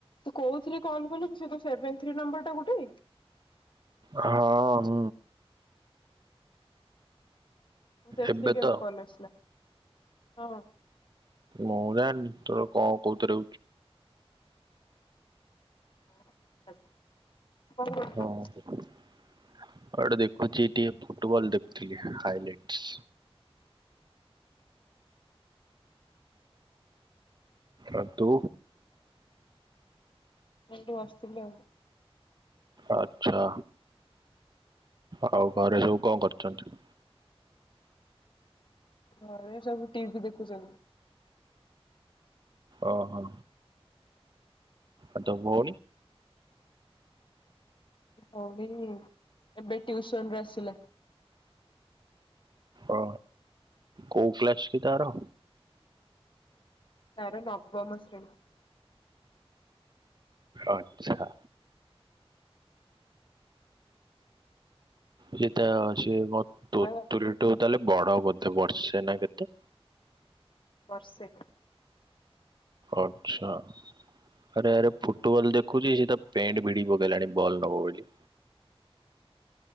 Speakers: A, on the left (about 50°); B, on the right (about 45°).
A: ତୁ କୋଉଥିଲଥିଲେ କଲ୍ କଲୁ ସେ ସେଭେନ ଥ୍ରୀ ନମ୍ବର ଟା ଗୋଟେ।
B: ହଁ ହଁ।
A: ଦେଖିକି
B: ଏବେ
A: କେମିତି
B: ତ
A: କଲ ଆସିଲା ହଁ।
B: ମୁଁ ଜାଣନି ତୋର କଣ କଉଥିରୁ
A: <unintelligible> କଣ କରୁଛୁ
B: ଆ ଟିକେ ଦେଖୁଛି ଟିକେ ଫୁଟବଲ ଦେଖୁଥିଲି ହାଇଲାଇଟ। ଆ ତୁ
A: ଏଠୁ ବସଥିଲୁ ଆଉ।
B: ଆଛା ଆଉ ଘରେ ସବୁ କଣ କରୁଚନ୍ତି?
A: ଘରେ ସବୁ ଟିଭି ଦେଖୁଚନ୍ତି।
B: ଓହୋ। ଆ ତୋ ଭୋ
A: ହଉ ବି ଏବେ ଟିଉସନରୁ ଆସିଲା।
B: ଓ କୋଉ ଫ୍ଲାସ କି ତାର?
A: ତାର ନବମ ଶ୍ରେଣୀ।
B: ଆଛା। ଯିଏ ତାର ସିଏ ମୋ ତୁ
A: ଆଉ
B: ତ୍ ତୁ ତାହେଲେ ବଡ ବୋଧେ ବର୍ଷେ ନା କେତେ?
A: ବର୍ଷେ।
B: ଆଛା। ଆରେ ଆରେ ଫୁଟବଲ ଦେଖୁଚି ସେ ତା ପେଣ୍ଟ ଭିଡି ପକେଇଲାଣି ବଲ ନବ ବୋଲି।